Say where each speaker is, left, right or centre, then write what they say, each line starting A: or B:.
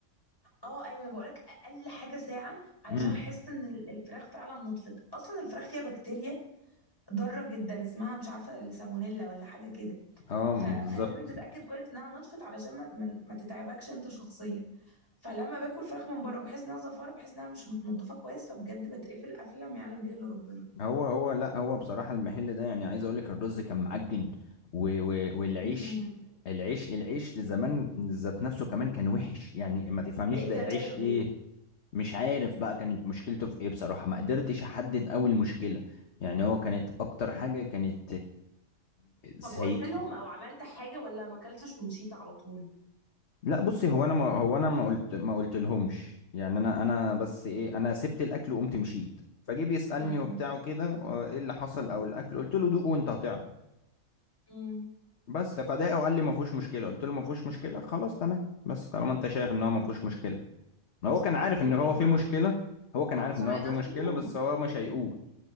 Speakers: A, on the left; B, on the left.
A: اه ايوه انا بقولك اقل حاجه ساعه علشان
B: امم
A: احس ان ال- الفراخ فعلا نطفت اصلا الفراخ فيها بكتيريا ضاره جدا اسمها مش عارفه السالمونيلا ولا حاجه كده
B: اه
A: ف... فلازم
B: بالظبط
A: تتاكد كويس انها نطفت علشان ما, ما... ما تتعبكش انت شخصيا فلما باكل فراخ من بره بحس انها زفاره بحس انها مش متنضفه كويس فبجد بتقفل قفله ما يعلم بيها الا ربنا
B: هو هو لا هو بصراحة المحل ده يعني عايز اقول لك الرز كان معجن و... و... والعيش
A: مم.
B: العيش العيش زمان ذات نفسه كمان كان وحش يعني ما تفهميش
A: تلاقيه
B: ده
A: كان
B: عيش
A: شارب
B: ايه
A: زيت
B: مش عارف بقى كانت مشكلته في ايه بصراحة ما قدرتش احدد قوي المشكلة يعني هو كانت اكتر حاجة كانت سيئة
A: طب قلت لهم او عملت حاجه ولا ما اكلتش ومشيت على طول
B: لا بصي هو انا ما هو انا ما قلت ما قلت لهمش يعني انا انا بس ايه انا سبت الاكل وقمت مشيت فجه بيسالني
A: امم
B: وبتاع وكده و- ايه اللي حصل او الاكل قلت له دوق وانت هتعرف
A: امم
B: بس فداق وقال لي ما فيهوش مشكله قلت له ما فيهوش مشكله خلاص تمام بس طالما انت شايف ان هو ما فيهوش مشكله ما
A: قصدك
B: هو كان عارف
A: هتعمل
B: ان
A: له
B: هو
A: ايه
B: في
A: مع
B: مشكله هو كان
A: اه
B: عارف
A: بس
B: ان
A: هو ما
B: هو
A: يقدرش
B: في مشكله
A: يقول
B: بس هو مش هيقول